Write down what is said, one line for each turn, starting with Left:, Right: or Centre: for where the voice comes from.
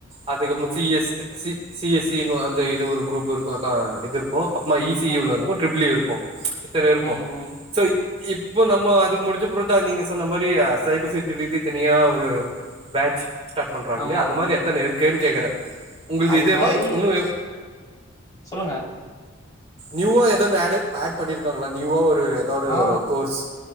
Right: அதுக்கப்பறமா
Left: ம்
Right: சி S C C S C ன்னு அந்த இது ஒரு குரூப் இருக்கு அக்கா இது இருக்கு அப்புறமா இ சி இ
Left: ஓகே
Right: ஒன்னு இருக்கும் ட்ரிபிள் இ இருக்கும் இத்தன இருக்கும்
Left: ம் ம்
Right: சோ இப்போ நம்ம அது முடிச்ச அப்றோ தா நீங்க சொன்ன மாறி சைப்பர் செக்யூரிட்டி இது தனியா ஒரு பேட்ச் ஸ்டார்ட் பண்றாங்க
Left: ஆமா
Right: இல்லையா அது
Left: வந்திருக்கு
Right: மாறி எத்தன இருக்குன்னு கேக்குறே உங்குள்து
Left: அது
Right: இதேவா
Left: மாரி
Right: உன்னு
Left: சொல்லுங்க
Right: நியூவா ஏதன்னு ஆடே ஆட் பண்ணியிருக்காங்களா நியூவா ஒரு ஏதாவது
Left: ஆ
Right: ஒரு கோர்ஸ்